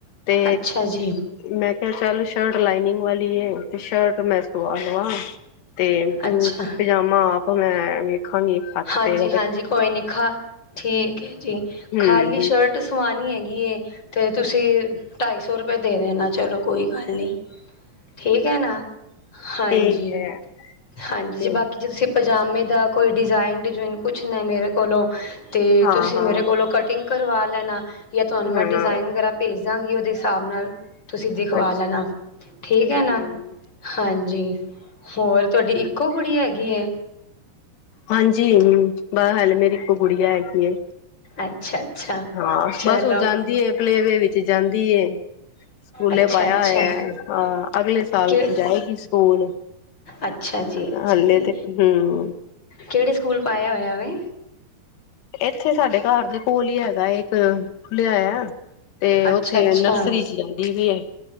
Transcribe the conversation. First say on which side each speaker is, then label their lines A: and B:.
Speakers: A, on the left; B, on the left.
A: ਤੇ।
B: ਅੱਛਾ ਜੀ
A: ਮੈਂ ਕਿਹਾ ਚੱਲ ਸ਼ਰਟ ਲਾਈਨਿੰਗ ਵਾਲੀ ਹੈ ਤੇ ਸ਼ਰਟ ਮੈਂ ਸਆ ਲਵ। ਤੇ
B: ਅੱਛਾ
A: ਪਜਾਮਾ ਆਪ ਮੈਂ ਵੇਖਾਂ ਨਹੀਂ ਹੱਥ
B: ਹਾਂਜੀ
A: ਪੇ।
B: ਹਾਂਜੀ ਕੋਈ ਨੀ ਖਾ ਠੀਕ ਹੈ ਜੀ
A: ਹੂੰ
B: ਖਾਲੀ
A: ਹੂੰ
B: ਸ਼ਰਟ ਸਵਾਣੀ ਹੈਗੀ। ਤੇ ਤੁਸੀਂ ਢਾਈ ਸੌ ਰੁਪਏ ਦੇ ਦੇਣਾ ਚਲੋ ਕੋਈ ਗੱਲ ਨਹੀਂ। ਠੀਕ। ਹੈ ਨਾ ਹਾਂਜੀ।
A: ਠੀਕ ਹੈ
B: ਹਾਂਜੀ
A: ਤੇ
B: ਜੇ ਬਾਕੀ ਜੇ ਤੁਸੀਂ ਪਜਾਮੇ ਦਾ ਕੋਈ ਡਿਜ਼ਾਇਨ ਡਿਜ਼ਨ ਪੁੱਛਣਾ ਮੇਰੇ ਕੋਲੋਂ। ਅਤੇ
A: ਹਾਂ
B: ਤੁਸੀਂ
A: ਹਾਂ
B: ਮੇਰੇ ਕੋਲੋਂ ਕਟਿੰਗ ਕਰਵਾ ਲੈਣਾ ਜਾਂ ਤੁਹਾਨੂੰ ਮੈਂ
A: ਹਾਂ
B: ਡਿਜ਼ਾਇਨ ਵਗੈਰਾ। ਭੇਜ ਦਾਂਗੀ ਉਹਦੇ ਹਿਸਾਬ ਨਾਲ। ਤੁਸੀਂ ਦਿਖਵਾ
A: ਅੱਛਾ
B: ਲੈਣਾ
A: ਅੱਛਾ
B: ਠੀਕ
A: ਹਮ
B: ਹੈ ਨਾ
A: ਹਮ
B: ਹਾਂਜੀ ਹੋਰ। ਤੁਹਾਡੀ ਇੱਕੋ ਕੁੜੀ ਹੈਗੀ ਹੈ।
A: ਹਾਂਜੀ ਬ ਹਾਲ ਮੇਰੀ ਇੱਕ ਗੁੜੀਆ ਹੈਗੀ।
B: ਅੱਛਾ ਅੱਛਾ
A: ਹਾਂ
B: ਚਲੋ
A: ਬਸ ਹੁਣ ਜਾਂਦੀ ਪਲੇਵੇ ਵਿੱਚ ਜਾਂਦੀ। ਸਕੂਲੇ
B: ਅੱਛਾ
A: ਪਾਇਆ
B: ਅੱਛਾ
A: ਹੋਇਆ ਹਾਂ ਅਗਲੇ ਸਾਲ
B: ਕਿ
A: ਜਾਏਗੀ ਸਕੂਲ।
B: ਅੱਛਾ ਜੀ ਅੱਛਾ
A: ਹਲੇ
B: ਜੀ
A: ਤੇ ਹਮ
B: ਕਿਹੜੇ ਸਕੂਲ ਪਾਇਆ ਹੋਇਆ ਵ।
A: ਇੱਥੇ ਸਾਡੇ ਘਰ ਦੇ ਕੋਲ ਹੀ ਹੈਗਾ ਇੱਕ ਖੁੱਲਿਆ ਹੋਇਆ। ਤੇ ਉਥੇ
B: ਅੱਛਾ ਅੱਛਾ
A: ਨਰਸਰੀ ਚਲਦੀ ਵੀ ਹ